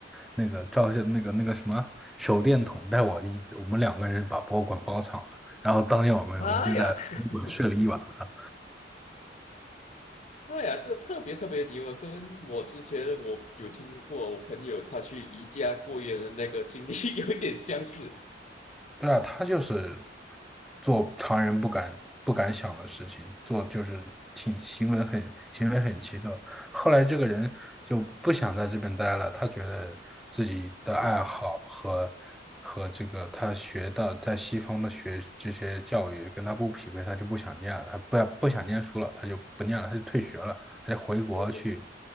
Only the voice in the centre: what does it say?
那个照相那个那个什么手电筒，带我一我们两个人把博物馆包场了。然后当天晚上我就在博物馆睡了一晚上。
对啊，他就是做常人不敢不敢想的事情，做就是挺行为很行为很奇特。后来这个人就不想在这边待了，他觉得自己的爱好和和这个他学的在西方的学这些教育跟他不匹配，
他就不想念了，他不不想念书了，他就不念了，他就退学了，他就回国去